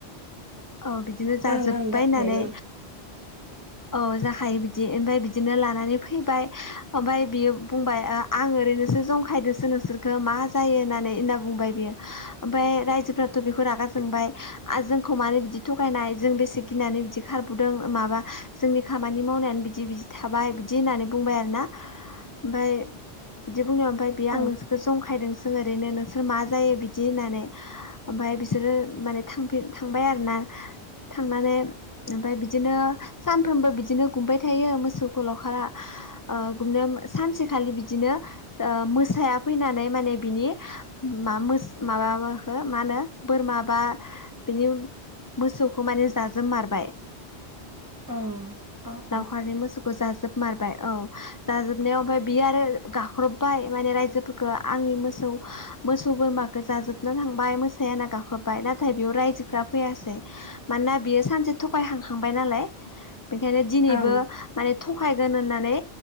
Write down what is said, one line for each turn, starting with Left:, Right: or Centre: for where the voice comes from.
Left: औ बिद दिनो जाजोब्बाय
Right: ओं ओं जाखायो
Left: होननानै औ जाखायो बिदि ओमफाय बिदिनो लानानै फैबाय ओमफाय बियो बुंबाय आं ओरैनोसो जंखायदोसो नोंसोरखो मा जायो होननानै होनना बुंबाय बियो ओमफाय रायजोफोराथ' बेखौ रागा जोंबाय जोंखौ मानो बिदि थगायनाय जों बेसे गिनानै बिदि खारबोदों माबा जोंनि खामानि मावनायानो बिदि बिदि थाबाय बिदि होननानै बुंबाय आरोना ओमफाय बिदि बुंनायाव ओमफाय बेयो
Right: ओं
Left: आं नोसोर खो जंखायदोंसों ओरैनो नोंसोर मा जायो बिदि होननानै ओमफाय बिसोरो माने थांफिन थांबाय आरो ना थांनानै ओमफाय बिदिनो सानफ्रोमबो बिदिनो गुमबाय थायो मोसौखौ लावखारा ओ गुमनो सानसेखालि बिदिनो ओ मोसाया फैनानै माने बिनि मा मोस माबाबोखौ मा होनो बोरमा बा बिनि मोसौखौ माने जाजोब मारबाय
Right: अ अ
Left: लावखारनि
Right: अ
Left: मोसौखौ जाजोबमारबाय औ जाजोबनायाव ओमफाय बियो आरो गाख्रबबाय माने रायजोफोरखौ आंनि मोसौ मोसौ बोरमाखौ जाजोबना थांबाय मोसाया होनना गाख्रबबाय नाथाय बेयाव रायजोफ्रा फैयासै मानोना बियो सानसे थगायखांखांबाय नालाय बेखायनो दिनैबो
Right: ओं
Left: माने थगायगोन होननानै